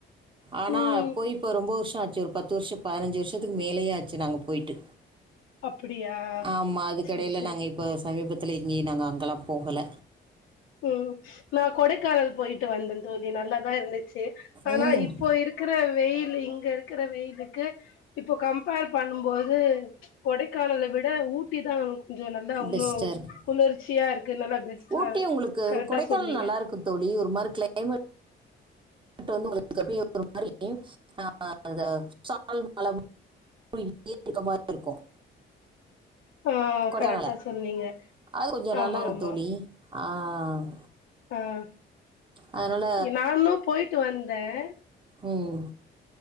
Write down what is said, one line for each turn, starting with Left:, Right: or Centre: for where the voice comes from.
Right: ஆனா
Left: ம்
Right: போய் இப்ப ரொம்ப வருஷ் ஆச்சு ஒரு பத்து வருஷம் பதினஞ்சு வருஷத்துக்கு மேலேயே ஆச்சு நாங்க போயிட்டு
Left: அப்படியா
Right: ஆமா அதுக்கெடையில
Left: செரி செரி
Right: நாங்க இப்ப சமீபத் பத்துல எங்கேயும் நாங்க அங்கலாம் போகல
Left: உம் நான் கொடைக்கானல் போயிட்டு வந்தன் தோழி நல்லா லா இருந்துச் ஆனா
Right: ம்
Left: இப்போ இருக்கிற வெயில் இங்க இருக்கிற வெயிலுக்கு இப்ப கம்பேர் பண்ணும்போது கொடைக்கானல விட ஊட்டி தான் கொஞ்சம் நல்லா உன்னும்
Right: பெஸ்ட்டாக இருக்கு
Left: குளிர்ச்சியா இருக்கு நல்லா பெஸ்ட்டா
Right: ஊட்டி உங்களுக்கு
Left: கரெக்டா
Right: கொடைக்கானல்
Left: சொன்னீங்க
Right: நல்லா இருக்கும் தோழி ஒரு மாதிரி கிளைமேட் ட் வந்து உங்களுக்கு அப்படியெ ஒரு மாரி ஆஹ் ஆஹ் அந்த சாரல் மழ <inaudible> இருக்க மாரி இருக்கும்
Left: ஆஹ்
Right: கொடைக்கானல
Left: கரெக்டா சொன்னீங்க
Right: அது கொஞ்சம்
Left: ஆமா
Right: நல்லா இருக்கும்
Left: ஆமா
Right: தோழி ஆ
Left: ஆஹ்
Right: அதனால
Left: நானும் போயிட்டு வந்தேன்
Right: உம்